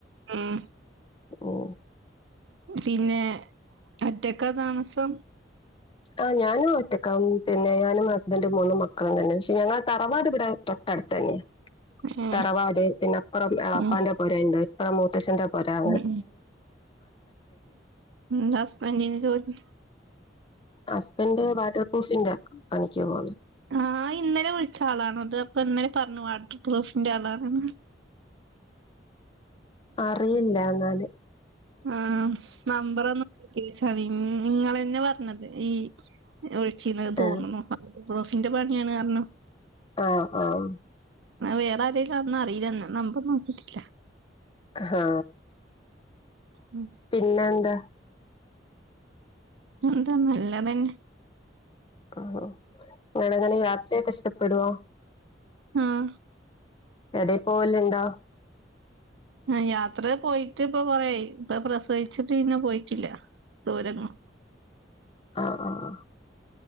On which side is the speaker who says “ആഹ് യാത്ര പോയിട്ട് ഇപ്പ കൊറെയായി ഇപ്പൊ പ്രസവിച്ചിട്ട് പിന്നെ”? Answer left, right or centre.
Right